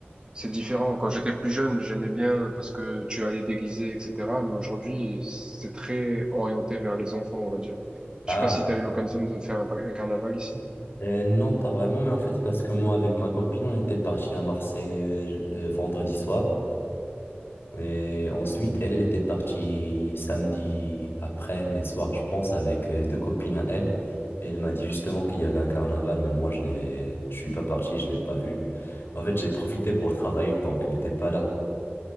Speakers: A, on the right (about 20°); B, on the left (about 65°).
A: c'est différent. Quand j'étais plus jeune, j'aimais bien parce que tu allais déguiser, etc. Mais aujourd'hui, c'est très orienté vers les enfants, on va dire. Je
B: Ah,
A: sais pas si tu as eu l'occasion de faire un, un carnaval ici.
B: euh, non, pas vraiment, mais en fait, parce que moi, avec ma copine, on était parti à Marseille euh, euh, vendredi soir. Et ensuite, elle, elle était partie samedi après, mais soir, je pense, avec euh, deux copines à elle. Et elle m'a dit justement qu'il y avait un carnaval, mais moi, je l'ai, je suis pas parti, je l'ai pas vu. En fait, j'ai profité pour travailler tant qu'elle n'était pas là.